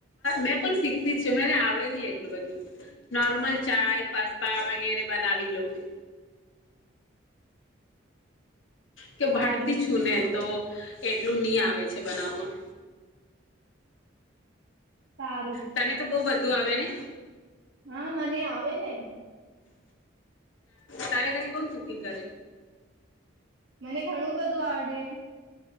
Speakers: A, on the left; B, on the right.
A: મેં પણ શીખતી જ છે, મને આવડે નહ એટલું બધું. નોર્મલ ચાાય પાસ્તા વગેરે. બનાવી લવું. કે
B: સારું
A: ભનતી છૂને. તો એટલું નહી આવે છે બનાવા.
B: સારું
A: તને તો બહ બધું ધું આવે ને
B: હા મને આવે ને.
A: તારે ઘરે કોણ કુકિંગ કરે?
B: મને ઘણું બધું આવડે.